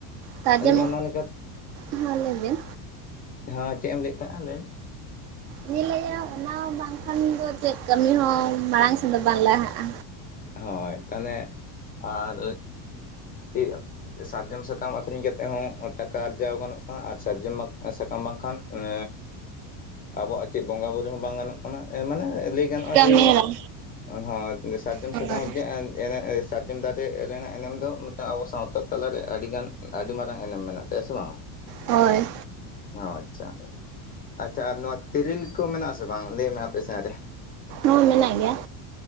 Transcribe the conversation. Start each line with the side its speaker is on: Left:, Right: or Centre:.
Right: ᱛᱟᱡᱮᱢ
Left: ᱟᱹᱞᱤᱧ ᱚᱱᱟ ᱞᱮᱠᱟ,
Right: ᱦᱚᱸ ᱞᱟᱹᱭ ᱵᱤᱱ
Left: ᱦᱚᱸ ᱪᱮᱫ ᱮᱢ ᱞᱟᱹᱭᱮᱫ ᱛᱟᱦᱮᱸᱱᱟ ᱞᱟᱹᱭᱢᱮ᱾
Right: ᱧᱮᱞᱮᱜᱼᱟ ᱚᱱᱟ ᱵᱟᱝᱠᱷᱟᱱ ᱟᱵᱚᱣᱟᱜ ᱪᱮᱫ ᱠᱟᱹᱢᱤ ᱦᱚᱸ ᱢᱟᱲᱟᱝ ᱥᱮᱫ ᱫᱚ ᱵᱟᱝ ᱞᱟᱦᱟᱜᱼᱟ᱾
Left: ᱦᱳᱭ ᱛᱟᱦᱚᱞᱮ ᱟᱨ ᱤᱭᱟᱹ ᱥᱟᱨᱡᱚᱢ ᱥᱟᱠᱟᱢ ᱟᱠᱷᱨᱤᱧ ᱠᱟᱛᱮᱜ ᱦᱚᱸ ᱴᱟᱠᱟ ᱟᱨᱡᱟᱣ ᱜᱟᱱᱚᱜ ᱠᱟᱱᱟ ᱟᱨ ᱥᱟᱨᱡᱚᱢ ᱥᱟᱠᱟᱢ ᱵᱟᱝᱠᱷᱟᱱ ᱮᱸᱻ ᱟᱵᱚᱣᱟᱜ ᱪᱮᱫ ᱵᱚᱸᱜᱟ ᱵᱳᱩᱨᱩᱳ ᱦᱚᱸ ᱵᱟᱝ ᱜᱟᱱᱚᱜ ᱢᱟᱱᱮ ᱞᱟᱹᱭ ᱜᱟᱱᱚᱜᱼᱟ
Right: ᱠᱟᱹᱢᱤ
Left: ᱡᱮ
Right: ᱦᱚᱨᱟ
Left: ᱦᱚ ᱥᱟᱨᱡᱚᱢ
Right: ᱦᱳᱭ
Left: ᱥᱟᱠᱟᱢ ᱨᱮᱭᱟᱜ ᱮᱱᱮ ᱥᱟᱨᱡᱚᱢ ᱫᱟᱨᱮ ᱨᱮᱱᱟᱜ ᱮᱱᱮᱢ ᱫᱚ ᱢᱤᱫᱴᱟᱝ ᱟᱵᱚ ᱥᱟᱶᱛᱟ ᱛᱟᱞᱟᱨᱮ ᱟᱹᱰᱤᱜᱟᱱ ᱟᱹᱰᱤ ᱢᱟᱨᱟᱝ ᱮᱱᱮᱢ ᱢᱮᱱᱟᱜ ᱛᱟᱭᱟ ᱥᱮ ᱵᱟᱝ?
Right: ᱦᱳᱭ
Left: ᱚ ᱟᱪᱪᱷᱟ, ᱟᱪᱪᱷᱟ ᱟᱨ ᱱᱚᱣᱟ ᱛᱤᱨᱤᱞ ᱠᱚ ᱢᱮᱱᱟᱜ ᱟᱥᱮ ᱵᱟᱝ ᱞᱟᱹᱭ ᱢᱮᱮ ᱟᱯᱮ ᱥᱮᱱ ᱨᱮ᱾
Right: ᱦᱳᱸ ᱢᱮᱱᱟᱜ ᱜᱮᱭᱟ᱾